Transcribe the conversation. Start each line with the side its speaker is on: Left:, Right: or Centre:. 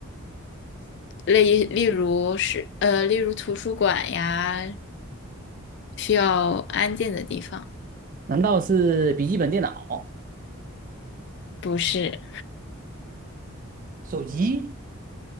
Left: 例例如是呃，例如图书馆呀，需要安静的地方。
Right: 难道是笔记本电脑、
Left: 不是，
Right: 手机？